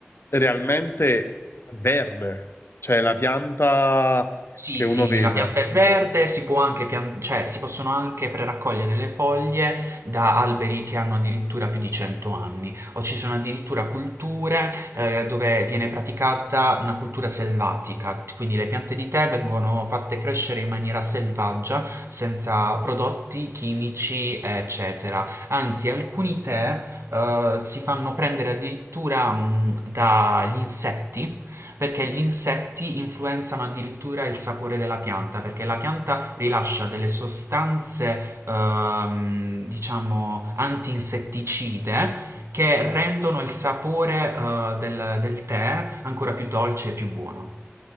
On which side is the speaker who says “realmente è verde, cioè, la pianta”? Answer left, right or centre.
Left